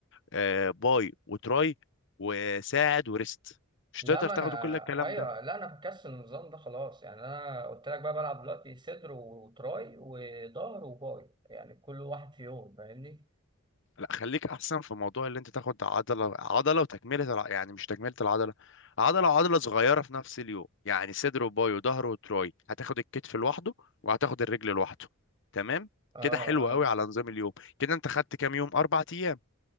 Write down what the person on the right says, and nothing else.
لا
ما
انا
ايوه
لا انا بكسل النظام ده خلاص يعني انا قلت لك بقى بلعب دلوقتي صدر وتراي وظهر وباي يعني كل واحد في يوم فاهمني
اه
اه